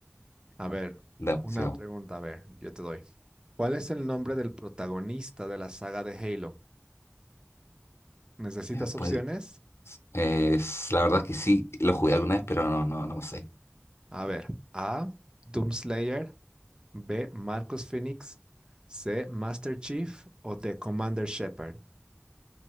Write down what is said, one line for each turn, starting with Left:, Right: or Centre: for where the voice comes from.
Right: A ver,
Left: Ya,
Right: una
Left: sigamos.
Right: pregunta, a ver, yo te doy. ¿Cuál es el nombre del protagonista de la saga de Halo? ¿Necesitas
Left: Ya,
Right: opciones?
Left: pues, Es, la verdad que sí, lo jugué alguna vez, pero no, no, no sé.
Right: A ver, A, Doomslayer, B, Marcus Phoenix, C, Master Chief o D, Commander Shepard.